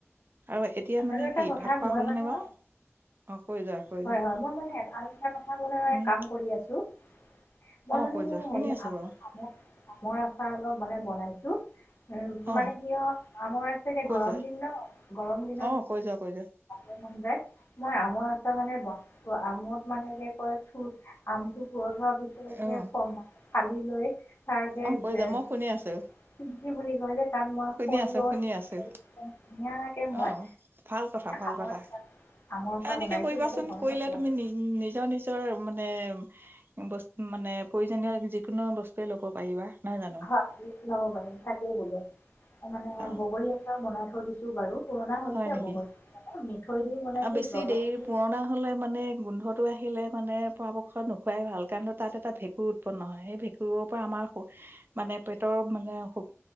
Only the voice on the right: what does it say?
আৰু এতিয়া মানে
কি
ভাত খোৱা
হ'ল
নে বাৰু অ কৈ যোৱা কৈ
যোৱা
উম
অ
কৈ যোৱা শুনি
আছো
বাৰু
অ
কৈ
যোৱা
অ কৈ যা কৈ যা।
অ
অ
কৈ যোৱা মই শুনি আছো
শুনি
আছো শুনি আছো
অ ভাল কথা ভাল
কথা
এনেকে
কৰিবাচোন
কৰিলে
তুমি
নি নিজৰ নিজৰ মানে বস্ত মানে প্ৰয়োজনীয় যিকোনো বস্তুৱে ল'ব পাৰিবা নহয় জানো
অ
হয় নেকি
আৰু বেছি
দেৰি
পুৰণা হলে মানে গোন্ধটো আহে খেলেপ মানে পৰাপক্ষত নোখোৱাই ভাল কাৰণ তাত এটা ভেঁকুৰ উৎপন্ন হয় সেই ভেঁকুৰৰ পৰা আমাৰ শ মানে পেটৰ মানে খুব